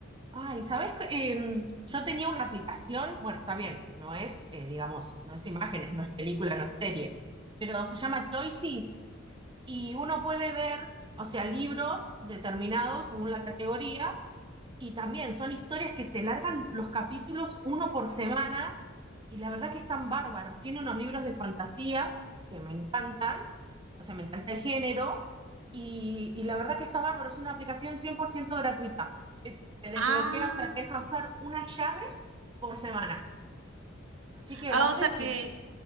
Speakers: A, on the right (about 25°); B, on the right (about 80°).
A: Ay, ¿sabes? qué? Em, yo tenía una aplicación, bueno, está bien, no es, eh, digamos, no es imágenes, no es película, no es serie, pero se llama Choices y uno puede ver, o sea, libros determinados según la categoría y también son historias que te largan los capítulos uno por semana y la verdad que están bárbaros. Tiene unos libros de fantasía que me encantan, o sea, me encanta el género y, y la verdad que está bárbaro. Es una aplicación 100% gratuita. que Te desbloquea,
B: Ah,
A: o sea, te deja usar una llave por semana. Así que
B: ah,
A: no sé
B: o sea
A: si,
B: que